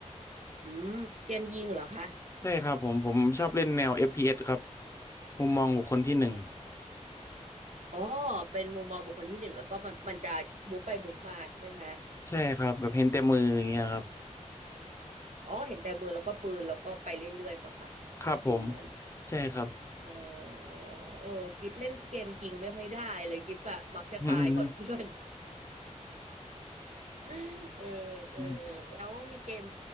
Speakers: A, on the right (about 70°); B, on the left (about 25°).
A: อืมเกมยิงเหรอคะ
B: ใช่ครับผมผมชอบเล่นแนว f อฟพีเอสครับ มุมมองบุคคลที่หนึ่ง
A: อ๋ออ๋อเป็นมุมมองบุคคลที่หนึ่งแล้วก็มันมันจะบุกไปบุกมาใช่ไหม
B: ใช่ครับแบบเห็นแต่มืออย่างเงี้ยครับ
A: อ๋อเห็นแต่มือแล้วก็ปืนแล้วก็ไปเรื่อยๆปะคะ
B: ครับผม
A: ฟิวนั้น
B: ใช่ครับ
A: อ๋อเออกิฟเล่นเกมยิงไม่ค่อยได้เลยกิฟอะมักจะตายก่อนเพื่อน
B: <laughs> อืม
A: เออเออ
B: <laughs>
A: แล้วมีเกม